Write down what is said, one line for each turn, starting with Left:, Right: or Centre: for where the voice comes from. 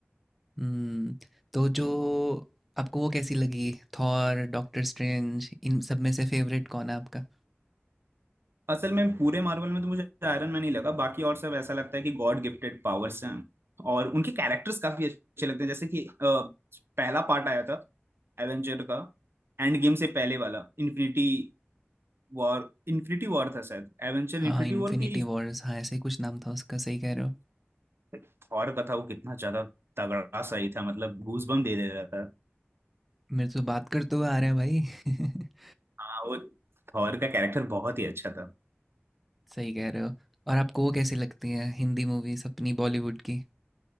Centre: हम्म तो जो आपको वो कैसी लगी थॉर डॉक्टर स्ट्रेंज इन सब में से फेवरेट कौन है आपका
Right: असल में पूरे मार्वल में तो मुझे आयरन मैन ही लगा बाकी और सब ऐसा लगता है कि गॉड गिफ्टेड पावर्स हैं और उनके कैरेक्टर्स काफी अच्छे लगते हैं जैसे कि अ, पहला पार्ट आया था एवेंजर का एंड गेम से पहले वाला इन्फिनिटी वॉर इन्फिनिटी वॉर था शायद एवेंजर
Centre: हाँ
Right: इन्फिनिटी
Centre: इन्फिनिटी
Right: वॉर की
Centre: वॉर्स हाँ ऐसे ही कुछ नाम था उसका सही कह रहे हो
Right: थॉर का था वो कितना ज्यादा तगड़ा सही था मतलब गूज बम दे दे रहा था
Centre: मेरे तो बात करते हुए आ रहा है भाई <laughs>
Right: हाँ वो थॉर का कैरेक्टर बहुत ही अच्छा था
Centre: सही कह रहे हो और आपको वो कैसी लगती हैं हिंदी मूवीज अपनी बॉलीवुड की